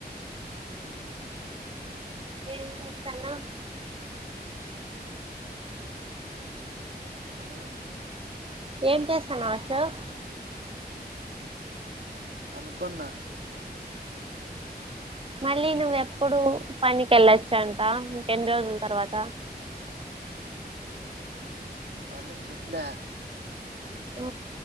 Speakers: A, on the right (about 75°); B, on the right (about 35°).
A: ఉన
B: ఏం చేత్తాన్నావ్
A: హలో
B: ఏం చేస్తాన్నావ్ అశోక్
A: పనుకున్నా
B: మళ్ళీ నువ్వు ఎప్పుడు పనికి వెళ్ళొచ్చంటా ఇంకెన్ని రోజుల తర్వాత
A: వాళ్ళెం చెప్పులే
B: ఆ